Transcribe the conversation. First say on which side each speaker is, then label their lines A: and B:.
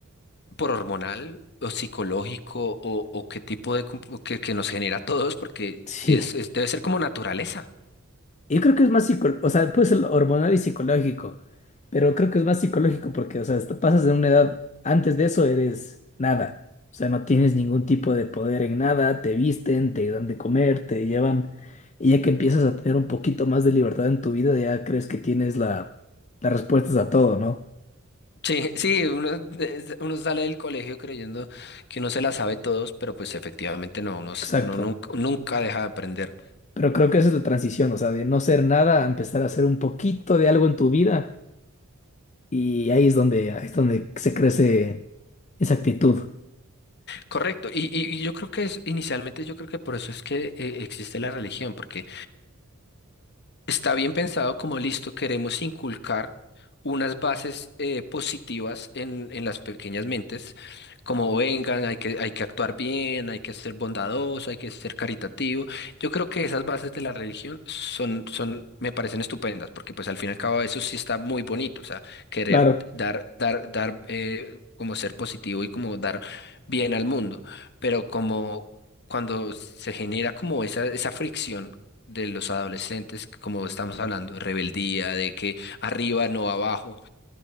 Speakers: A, on the left; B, on the left.
A: por hormonal o psicológico o, o qué tipo de comp- que, que nos genera a todos porque
B: sí.
A: es, es- debe ser como naturaleza.
B: Yo creo que es más psicológico, o sea, puede ser hormonal y psicológico, pero creo que es más psicológico porque, o sea, hasta pasas de una edad, antes de eso eres nada, o sea, no tienes ningún tipo de poder en nada, te visten, te dan de comer, te llevan, y ya que empiezas a tener un poquito más de libertad en tu vida, ya crees que tienes la, las respuestas a todo, ¿no?
A: Sí, sí, uno, es- uno sale del colegio creyendo que uno se la sabe todos, pero pues efectivamente no, uno,
B: Exacto.
A: s- uno nunca, nunca deja de aprender.
B: Pero creo que esa es la transición, o sea, de no ser nada a empezar a hacer un poquito de algo en tu vida, y ahí es donde, ahí es donde se crece esa actitud.
A: Correcto, y, y- y yo creo que es, inicialmente yo creo que por eso es que eh, existe la religión, porque está bien pensado como listo, queremos inculcar unas bases eh, positivas en, en las pequeñas mentes, como vengan, hay que, hay que actuar bien, hay que ser bondadoso, hay que ser caritativo. Yo creo que esas bases de la religión son, son, me parecen estupendas, porque pues al fin y al cabo eso sí está muy bonito, o sea, querer
B: Claro.
A: dar, dar, dar, eh, como ser positivo y como dar bien al mundo, pero como cuando se genera como esa, esa fricción de los adolescentes, como estamos hablando, de rebeldía, de que arriba no abajo,